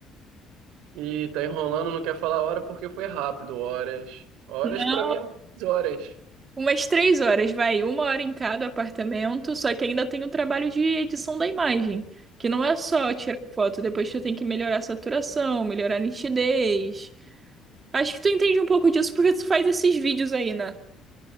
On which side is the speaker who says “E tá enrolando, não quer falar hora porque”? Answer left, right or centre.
Right